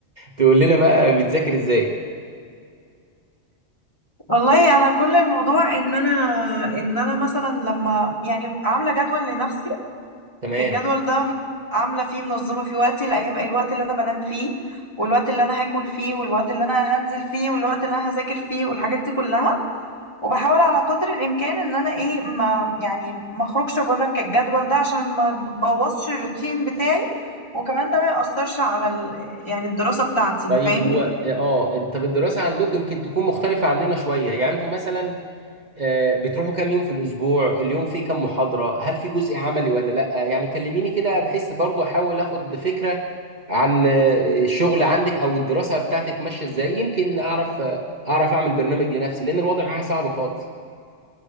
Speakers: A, on the right (about 40°); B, on the left (about 20°).
A: تقول لنا بقى بتذاكر ازاي
B: والله انا كل الموضوع ان انا ان انا مثلا لما يعني عامله جدول لنفسي
A: تمام
B: الجدول ده عامله فيه منظمه في وقتي الايام الوقت اللي انا بنام فيه والوقت اللي انا هاكل فيه والوقت اللي انا هنزل فيه والوقت اللي انا هذاكر فيه والحاجات دي كلها وبحاول على قدر الامكان ان انا ايه ما يعني ما اخرجش بره الجدول ده عشان ما بوظش الروتين بتاعي وكمان ده ما يأثرش على ال... يعني الدراسه بتاعتي
A: طيب
B: فاهمني
A: هو اه طب الدراسه عندكم يمكن تكون مختلفه عننا شويه يعني انتوا مثلا آه، بتروحوا كام يوم في الأسبوع اليوم فيه كام محاضرة هل في جزء عملي ولا لأ يعني كلميني كده بحيث برضو أحاول أخد فكرة عن آه، الشغل عندك أو الدراسة بتاعتك ماشية إزاي يمكن أعرف آه، أعرف أعمل برنامج لنفسي لأن الوضع معايا صعب خالص